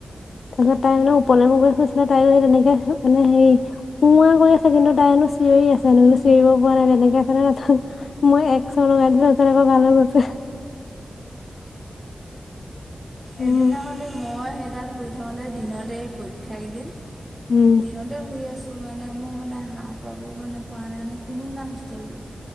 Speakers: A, on the left (about 75°); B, on the right (about 15°).
A: তাৰপিছত তাই মানে উপলে মোৰ কৰি শুইছিলে তাইও সেই তেনেকে মানে হেৰি উওৱা কৰি আছে কিন্তু তাইনো চিঞৰি আছে চিঞৰিব পৰা নাই তেনেকে আছে ন মই এক চৰ লগাই আকৌ ভাল হৈ গৈছে উম।
B: এদিনা হ'লে মই সেই তাত শুই থাকওঁতে দিনতে পৰীক্ষা কেইদিন
A: উম
B: দিনতে শুই আছিলোঁ ত' মানে মোৰ মানে হাঁহ পাব মানে পোৱা নাই ন কোনো নাই হোষ্টেলটোত